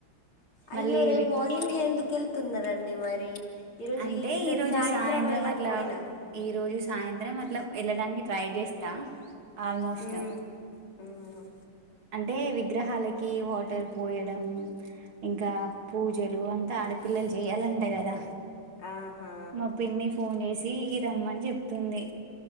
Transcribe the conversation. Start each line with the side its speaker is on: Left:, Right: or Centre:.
Left: అయ్యో
Right: మళ్ళీ
Left: రేపు మార్నింగ్ ఎందుకు వెళ్తున్నండి అది మరి ఈరోజు
Right: అంటే
Left: ఈరోజు
Right: ఈ రోజు సాయంత్రం
Left: వెళ్ళకపోయినారు.
Right: అట్లా ఈ రోజు సాయంత్రం మట్ల వెళ్ళడానికి ట్రై చేస్తా ఆల్మోస్ట్
Left: హ్మ్. హ్మ్.
Right: అంటే వి వి గ్రహాలకి వాటర్ పోయడం ఇంకా పూజలు అంతా ఆడపిల్లలు చేయాలంటా కదా
Left: ఆహా!
Right: మా పిన్న ఫోన్ చేసి తీగి రమ్మని చెప్తుంది